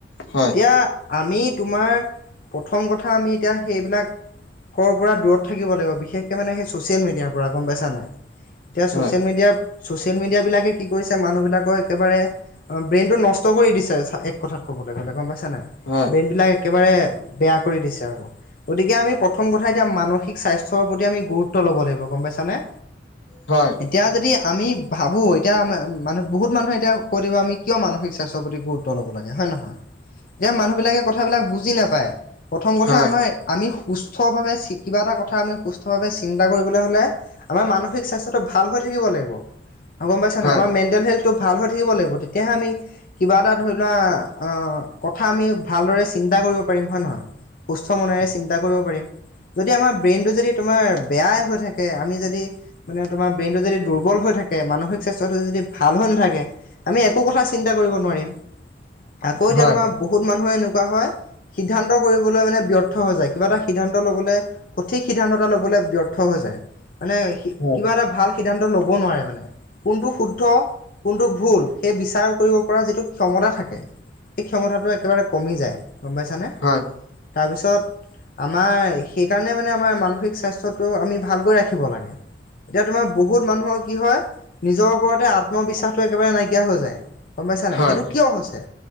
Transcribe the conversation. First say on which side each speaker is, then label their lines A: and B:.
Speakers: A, on the left; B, on the left.
A: হয়
B: এতিয়া, আমি তোমাৰ প্ৰথম কথা আমি এতিয়া সেইবিলাক কৰ পৰা দূৰত থাকিব লাগিব। বিশেষকৈ মানে সেই ছ'চিয়েল মিডিয়াৰ পৰা গম পাইছা নাই? এতিয়া
A: হয়
B: ছ'চিয়েল মিডিয়া ছচিয়েল মেডিয়াবিলাকে কি কৰিছে, মানুহবিলাকৰ একেবাৰে অ ব্ৰেইন টো নষ্ট কৰি দিছে, এক কথাত কবলৈ গ'লে গম পাইছা নাই,
A: হয়
B: ব্ৰেইন বিলাক একেবাৰে বেয়া কৰি দিছে আৰু গতিকে আমি প্ৰথম কথা এতিয়া মানসিক স্বাস্থ্যৰ প্ৰতি আমি গুৰুত্ব ল'ব লাগিব গম পাইছা নে?
A: হয়।
B: এতিয়া যদি আমি ভাবোঁ, এতিয়া আম মানুহ বহুত মানুহে এতিয়া কৈ দিব আমি কিয় মানসিক স্বাস্থ্যৰ প্ৰতি গুৰু ত্ব ল'ব লাগে হয় নহয়, এতিয়া মানুহ বিলাকে কথাবিলাক বুজি নাপায়, প্ৰথম কথা
A: হয়
B: আমাৰ আমি সুস্থ ভাৱে কিবা এটা কথা আমি সুস্থভাৱে চিন্তা কৰিবলৈ হ'লে, আমাৰ মানসিক স্বাস্থ্যটো ভাল হৈ থাকিব লাগিব। গম পাইছা
A: হয়
B: না, আমাৰ মেণ্টেল হেল্থটো ভাল হৈ থাকিব লাগিব, তেতিয়াহে আমি কিবা এটা ধৰি লোৱা আহ, কথা আমি ভালদৰে চিন্তা কৰিব পাৰিম হয় নহয়? সুস্থ মনেৰে চিন্তা কৰিব পাৰিম, যদি আমাৰ ব্ৰেইনটো যদি তোমাৰ বেয়াই হৈ থাকে, আমি যদি মানে তোমাৰ ব্ৰেইনটো যদি দুৰ্বল হৈ থাকে, মানসিক স্বাস্থ্যটো যদি ভাল হৈ নাথাকে, আমি একো কথা চিন্তা কৰিব নোৱাৰিম। আকৌ এতিয়া
A: হয়
B: তোমাৰ বহুত মানুহে এনেকুৱা হয়, সিদ্ধান্ত কৰিবলৈ মানে ব্যৰ্থ হৈ যায়। কিবা এটা সিদ্ধান্ত লবলৈ সঠিক সিদ্ধানতা লবলৈ ব্যৰ থ হৈ যায়। মানে
A: হয়
B: কিবা এটা ভাল সিদ্ধান্ত লব নোৱাৰে মানে। কোনটো শুদ্ধ, কোনটো ভুল সেই বিচাৰ কৰিব পৰা যিটো ক্ষমতা থাকে! এই ক্ষমতাতটো একেবাৰে কমি যায়, গম পাইছানে?
A: হয়।
B: তাৰপিছত, আমাৰ সেইকাৰণে মানে আমাৰ মানসিক স্বাস্থ্যত টো আমি ভালকৈ ৰাখিব লাগে। এতিয়া তোমাৰ বহুত মানুহৰ কি হয়, নিজৰ ওপৰতে আত্মবিশ্বাসটো একেবাৰে নাইকিয়া হৈ যায়। গম পাইছা নাই।
A: হয়
B: সেইটো কিয় হৈছে,